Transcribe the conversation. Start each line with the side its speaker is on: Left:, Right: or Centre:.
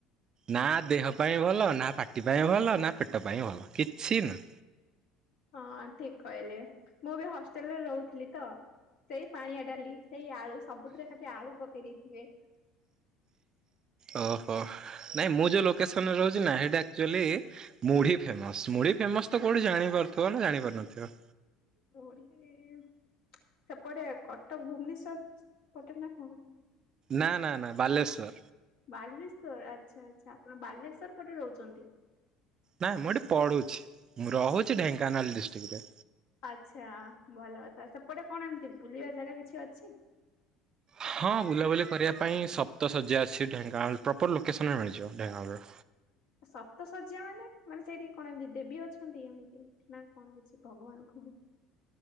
Right: ନା ଦେହ ପାଇଁ ଭଲ ନା ପାଟି ପାଇଁ ଭଲ ନା ପେଟ ପାଇଁ ଭଲ କିଛି ନୁହଁ।
Left: ହଁ ଠିକ କହିଲେ ମୁଁ ବି ହଷ୍ଟେଲରେ ରହୁଥିଲି ତ। ସେଇ ପାଣିଆ ଡାଲି ସେଇ ଆଳୁ ସବୁଥିରେ ଖାଲି ଆଳୁ ପକେଇ ଦେଇଥିବେ।
Right: ଓହୋ ନାଇଁ ମୁଁ ଯୋଉ ଲୋକେସନରେ ରହୁଛି ନା ସେଇଟା ଆକ୍ଚୋଲି ମୁଢି ଫେମସ ମୁଢି ଫେମସ ତ କୋଉଠି ଜାଣିପାରୁଥିବ ନା ଜାଣିପାରୁନଥିବ।
Left: ମୁଢ଼ି ସେପଟେ କଟକ ଭୁବନେଶ୍ଵର ପଟେ ନା କଣ?
Right: ନା ନା ନା ବାଲେଶ୍ଵର।
Left: ବାଲେଶ୍ଵର ଆଚ୍ଛା ଆଚ୍ଛା ଆପଣ ବାଲେଶ୍ଵର ପଟେ ରହୁଛନ୍ତି?
Right: ନାଁ ମୁଁ ଏଠି ପଡୁଛି ମୁଁ ରହୁଛି ଢେଙ୍କାନାଳ ଡିଷ୍ଟ୍ରିକ ରେ।
Left: ଆଚ୍ଛା ଭଲ କଥା ସେପଟେ କଣ ଏମିତି ବୁଲିବା ଜାଗା କିଛି ଅଛି?
Right: ହଁ ବୁଲାବୁଲି କରିବା ପାଇଁଁ ସପ୍ତ ଶଯ୍ୟା ଅଛି ଢେଙ୍କାନାଳ ପ୍ରପର ଲୋକେସନରେ ମିଳିଯିବ ଢେଙ୍କାନାଳର।
Left: ସପ୍ତ ଶଯ୍ୟା ମାନେ ମାନେ ସେଇଠି କଣ ଏମିତି ଦେବୀ ଅଛନ୍ତି ଏମିତି? ନା କଣ କିଛି ଭଗବାନଙ୍କୁ ମୁଁ